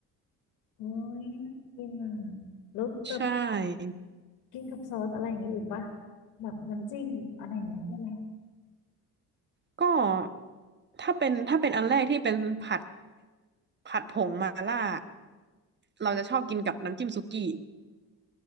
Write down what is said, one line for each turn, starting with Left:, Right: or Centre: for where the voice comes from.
Left: โอ้ยน่ากินอ่ะแล้วแบบ
Right: ใช่
Left: กินกับซอสอะไรอย่างงี้อีกป่ะแบบน้ำจิ้มอะไรอย่างเงี้ยได้ไหม
Right: ก็ถ้าเป็นถ้าเป็นอันแรกที่เป็นผัดผัดผงมาล่าเราจะชอบกินกับน้ำจิ้มซุกี้